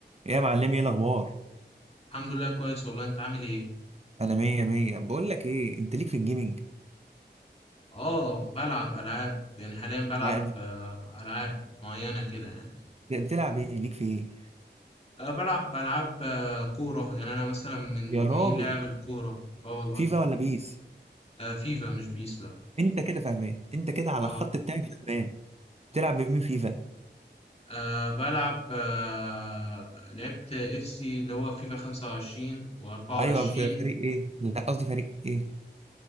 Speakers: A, on the right; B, on the left.
A: يا معلم ايه الاخبار
B: الحمد لله كويس والله انت عامل ايه
A: انا مية مية بقول لك ايه انت ليك في الجيمنج
B: اه بلعب العاب يعني حاليا بلعب
A: لا،
B: آه، العاب معينه كده يعني
A: بتلعب ايه ليك في ايه
B: أه بلعب العاب آه، كوره يعني انا مثلا من
A: يا
B: مدمنين
A: راجل
B: لعب الكوره اه والله
A: فيفا ولا بيس
B: أه فيفا مش بيس لا
A: انت كده فاهمان انت كده على
B: اه
A: الخط بتاعي فاهمان بتلعب بمين فيفا
B: أه بلعب أه لعبت اف سي اللي هو فيفا 25 و24
A: ايوه في فريق ايه لا قصدي فريق ايه